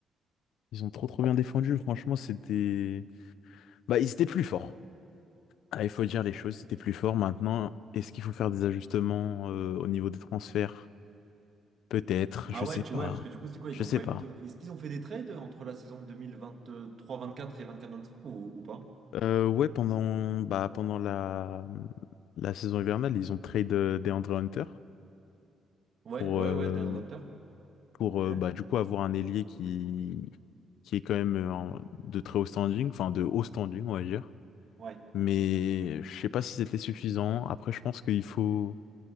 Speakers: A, on the left (about 75°); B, on the right (about 55°).
A: Ils ont trop, trop bien défendu. Franchement, c'était. Bah, ils étaient plus forts. Ah, il faut dire les choses, c'était plus fort maintenant. Est-ce qu'il faut faire des ajustements euh, au niveau des transferts? Peut-être,
B: Ah
A: je
B: ouais,
A: sais
B: tu
A: pas.
B: vois, parce que du coup, c'est quoi? Ils
A: Je
B: ont
A: sais
B: pas
A: pas.
B: eu de... Est-ce qu'ils ont fait des trades entre la saison deux mille vingt trois vingt quatre et 24-25 ou, ou pas?
A: Euh, ouais, pendant, bah, pendant la, la saison hivernale, ils ont trade euh, DeAndre Hunter
B: Ouais,
A: pour,
B: ouais,
A: euh,
B: ouais, DeAndre Hunter.
A: pour
B: Ok.
A: euh, bah, du coup avoir un ailier qui, qui est quand même euh, en- de très haut standing, enfin de haut standing, on va dire.
B: Ouais,
A: Mais je sais pas si c'était suffisant. Après, je pense qu'il faut,